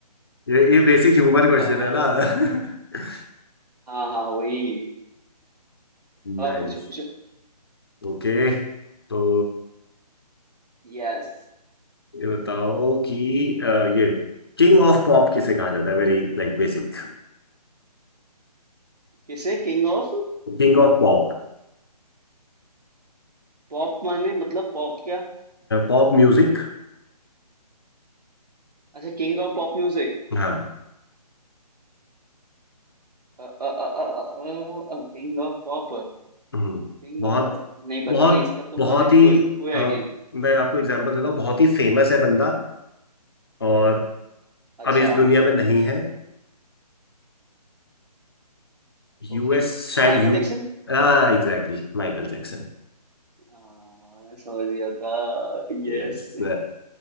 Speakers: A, on the left; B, on the right.
A: ये ये बेसिक ह्यूमर क्वेश्चन
B: हाँ भाई
A: है ना <laughs>
B: हाँ हाँ वही अब आप
A: नाइस
B: पूछो पूछो
A: ओके तो
B: यस
A: ये बताओ कि अ, ये किंग ऑफ पॉप किसे कहा जाता है very like basic
B: किसे किंग ऑफ
A: King of pop
B: पॉप माने मतलब पॉप क्या
A: Pop music
B: अच्छा king of pop music
A: हाँ
B: King of pop
A: हम्म,
B: King
A: बहुत
B: of नहीं पता
A: बहुत
B: भाई इसका तो
A: बहुत
B: मुझे कोई
A: ही
B: कोई आइडिया
A: अ,
B: नहीं
A: मैं आपको एग्जांपल देता हूँ बहुत ही फेमस है बंदा और
B: अच्छा
A: अब इस दुनिया में नहीं है यूएस
B: ओके
A: शायद
B: माइकल
A: यू
B: जैक्सन
A: हाँ एग्जैक्टली माइकल जैक्सन
B: हाँ समझ गया था यस
A: यस